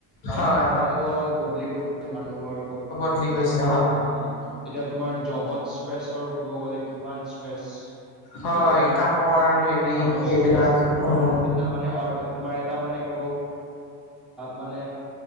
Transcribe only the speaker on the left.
হয়
বুলি কৈছে,
হয়
কামৰ হেৰি
এইবিলাক
উম